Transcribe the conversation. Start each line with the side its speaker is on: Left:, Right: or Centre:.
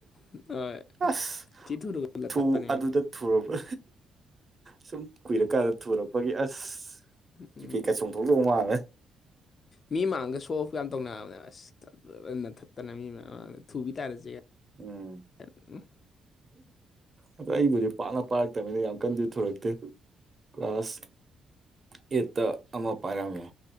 Left: <unintelligible>
Right: ꯑꯁ
Left: ꯊꯤ ꯊꯨꯅꯒ ꯂꯟꯊꯠꯄꯅꯦ
Right: ꯊꯨ ꯑꯗꯨꯗ ꯊꯨꯔꯕ ꯁꯨꯝ ꯀꯨꯏꯔꯀꯥꯟꯗ ꯊꯨꯔꯛꯄꯒꯤ ꯑꯁ
Left: <unintelligible>
Right: <unintelligible> ꯆꯣꯡꯊꯣꯛꯂꯨꯕ ꯃꯥꯜꯂꯦ
Left: ꯃꯤ ꯃꯥꯡꯗ ꯁꯣ ꯑꯣꯐ ꯀ ꯌꯥꯝ ꯇꯧꯅꯕꯅꯦꯕ ꯑꯁ <unintelligible> ꯃꯤ ꯃꯌꯥꯝ ꯃꯃꯥꯡꯗ ꯊꯨꯕꯤ ꯇꯥꯅꯖꯦ <unintelligible>
Right: ꯎꯝ ꯑꯗꯣ ꯑꯩꯕꯨꯗꯤ ꯄꯥꯛꯅ ꯄꯥꯔꯛꯇꯕꯅꯤꯅ ꯌꯥꯝ ꯀꯟꯅꯗꯤ ꯊꯨꯔꯛꯇꯦ ꯀ꯭ꯂꯥꯁ ꯑꯩꯠꯇ ꯑꯃ ꯄꯥꯏꯔꯝꯃꯦ